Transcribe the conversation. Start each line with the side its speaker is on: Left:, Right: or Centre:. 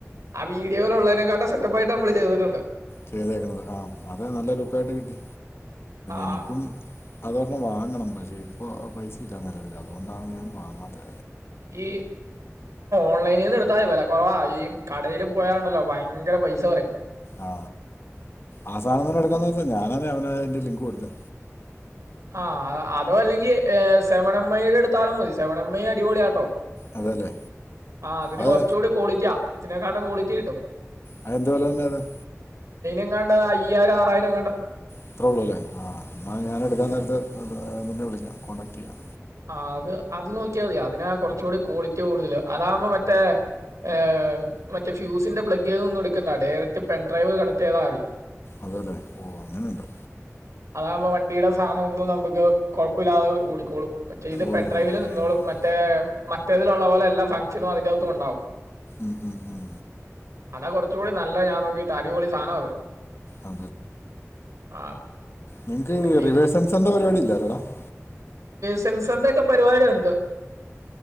Right: ആ വീഡിയോൽ ഉള്ളൈനെക്കാട്ടിലും സെറ്റപ്പായിട്ട് നമ്മള് ചെയ്തിട്ടുണ്ട്
Left: ചെയ്തേക്കണത് ആ അത് നല്ല ലുകായിട്ട് കിട്ടി
Right: ആ
Left: എനിക്കും അതോരെണം വാങ്ങണം പക്ഷെ ഇപ്പോൾ പൈസ ഇല്ല അങ്ങനെ അതുകൊണ്ടാണ് ഞാൻ വാങ്ങാത്തെ
Right: ഏയ് ഓൺലൈനിൽന്ന് എടുത്താതി വില കൊറവാ ഈ കടൽ പോയാലുണ്ടല്ലോ ഭയങ്കര പൈസ പറയും
Left: ആ ആ സാധനം തന്നെ എടുക്കാ വെച്ചിട്ടാ ഞാനാന്ന് അവന് അതിന്റെ ലിങ്ക് കൊടുത്തെ
Right: ആ അതോ അല്ലെങ്കിൽ സെവൻ എം ഐയുടെ അടുത്താലും മതി സെവൻ എം ഐ അടിപൊളിയാട്ടോ
Left: അതല്ലേ
Right: ആ അതിന്
Left: അത്
Right: കൊറച്ചുകൂടി കൊളിറ്റാ ഇതിനെക്കാട്ടും കൊളിറ്റി കിട്ടും
Left: അയിന്ത് വേലാ ന്നേരം
Right: എങ്ങാണ്ട് അയ്യായിരം ആറായിരം എങ്ങാണ്ട്
Left: അത്ര ഉള്ളൂ അല്ലേ ആ എന്നാൽ ഞാൻ എടുക്കാൻ നേരത്ത്ന്നെ വിളിക്കാം കോൺണ്ടാക്ട് ചെയ്യാം
Right: ആ അത് അത് നോക്കിയാതി അതിനാ കുറച്ചുകൂടി ക്വാളിറ്റി കൂടുതല് അതാകുമ്പോ മറ്റേ ഏ മറ്റെ ഫ്യൂസിന്റെ പ്ലഗ് ഒന്നും എടുക്കുന്നാ ഡയറക്റ്റ് പെൻഡ്രൈവ്ന്ന് കണക്റ്റ് ചെയ്താൽ മതി
Left: അതെ അതെ ഓ അങ്ങനെ ഉണ്ടോ
Right: അതാവുമ്പോ വണ്ടിയുടെ സാനം ഒന്നു നമക്ക്. കുഴപ്പല്ലാതെ. ഓടിക്കോളൂ... മറ്റേ ഇത്
Left: ഓടിക്കോളൂ
Right: പെൻ ഡ്രൈവില് നിന്നോളും.
Left: ഉം
Right: മറ്റേയേം... മറ്റേതിലുള്ള വൊലെ എല്ലാ ഫംഗ്ഷനും അതിന്റെറകത്തും ഉണ്ടാവും....
Left: ഉം ഉം ഉം
Right: എന്നാ കുറച്ചുകൂടി നല്ലഞാൻ നോക്കിട്ട് അടിവൊളി സാനാവു <unintelligible> അത്
Left: ആ
Right: ആ
Left: നിങ്ങക്ക്.
Right: മറ്റേ
Left: റിവേഴ്സൻസന്റെ
Right: ഇത്
Left: പരിപാടി. ഇല്ലാരാടാ <unintelligible>
Right: ടിൻസറിന്റെ ക്കെ പരിപാടിണ്ട്....